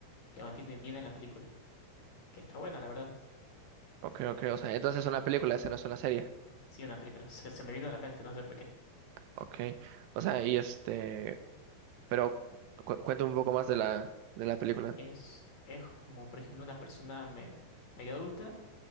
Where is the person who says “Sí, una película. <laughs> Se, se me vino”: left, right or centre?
Left